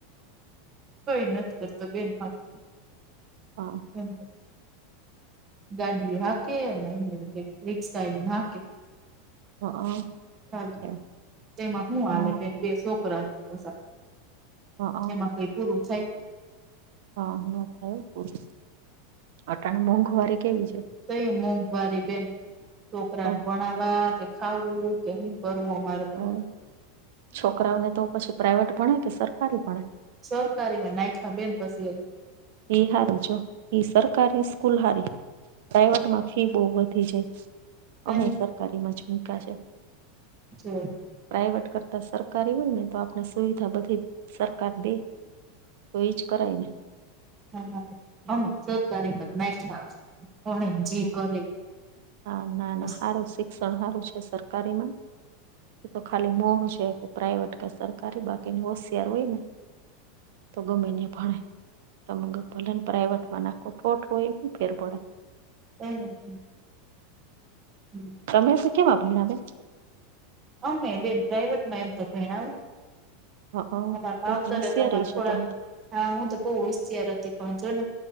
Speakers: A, on the right; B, on the right.
A: કઈ નથ કરતો બેન હાથ
B: હા.
A: હમ. ગાડી હાકે અને એમનેમ કંઈક રીક્ષાય હાકે.
B: હા
A: હાલ
B: છે.
A: તેમાં હુ
B: હા
A: હાલે તેન બે છોકરાન પાસા.
B: હા
A: એમાં કઈ પૂરું થાય.
B: હા ન થાય પૂરી અટાણ મોંઘવારી કેવી છે.
A: કઈ મોંઘવારી બેન છોકરાન
B: તો
A: ભણાવા કે ખાવું કે ન હુ કરવું અમારે. તો
B: હમ છોકરાઓને તો પછી પ્રાાઈવેટ ભણે કે સરકારી ભણે.
A: સરકારીમાં નાયખા બેન પસી એવી
B: એઈ હારું જો સરકારી સ્કૂલ હારી પ્રાઈવેટમાં ફી બહુ વધી જાય અમે
A: પછી
B: સરકારીમાં જ મૂકા છે.
A: જો
B: પ્રાઈવેટ કર તા સરકારી હોય ને તો આપણે સુવિધા બધી સરકાર દે તો એજ કરાય ને.
A: હા <unintelligible> સરકારી માજ નાયખા ભણે જે
B: હા
A: કરે
B: હા ના
A: બાપા
B: ના હારું શિક્ષણ હારું છે સરકારી માં. એ તો ખાલી નોમ છેકે પ્રાઈવેટ કે સરકારી બાકીની હોશિયાર હોય ને તો ગમે ન્યા ભણે. તમે ગઈ ભલેન પ્રાાઈવેટ માં નાખો ખોટ હોય એ હુ ફેર પડે.
A: <unintelligible> હ હ.
B: સમય શું કેવા ભનાવે.
A: અમે બેન પ્રાઇવેટમાં અમે ભયણા હો.
B: હા હા,
A: અમાર માવતરે
B: હોશિયાર
A: તો અમાર
B: છો
A: થોડાક
B: તમે તો.
A: હા હું તો બહુ હોશિયાર હતી પણ જોને